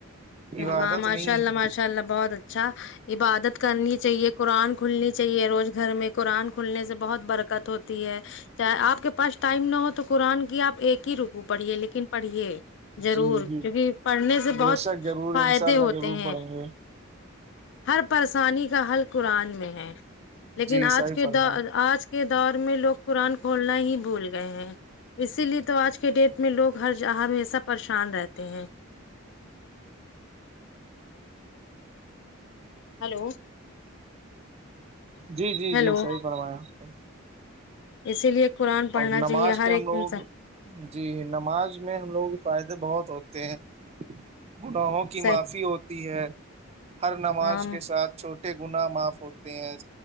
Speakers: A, on the right; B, on the left.
A: عبادت
B: ہاں ماشاء
A: نہیں
B: اللہ
A: ہے
B: ماشاء اللہ بہت اچھا عبادت کرنی چاہیے قرآن کھلنی چاہیے روز گھر میں قرآن کھلنے سے بہت برکت ہوتی ہے چاہے آپ کے پاس ٹائم نہ ہو تو قرآن کی آپ ایک ہی رکو پڑھیے لیکن پڑھیے ضرور
A: جی جی
B: کیونکہ پڑھنے سے بہت
A: بے شک ضرور
B: فائدے
A: انشاء اللہ
B: ہوتے ہیں
A: <unintelligible>
B: ہر پشانی کا حل قرآن میں ہے لیکن
A: جی
B: آج
A: صحیح
B: کے
A: فرمایا
B: د آج کے دور میں لوگ قرآن کھولنا ہی بھول گئے ہیں اسی لیے تو آج کے ڈیٹ میں لوگ ہر جاں ہ ہمیشہ پریشان رہتے ہیں ہلو
A: جی جی
B: ہیلو
A: جی صحیح فرمایں آپ نے
B: اسی لیے قرآن پڑھنا
A: اور نماز
B: چاہیے ہر
A: کے ہم
B: ایک
A: لوگ
B: انسان
A: جی نماز میں ہم لوگوں کے فائدے بہت ہوتے ہیں گناہوں کی
B: سے
A: معافی ہوتی ہے ہر نماز
B: ہم
A: کے ساتھ چھوٹے گناہ معاف ہوتے ہیں